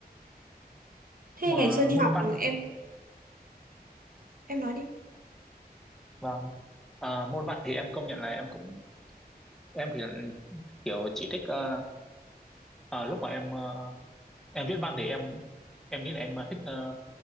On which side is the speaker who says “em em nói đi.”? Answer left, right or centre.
Right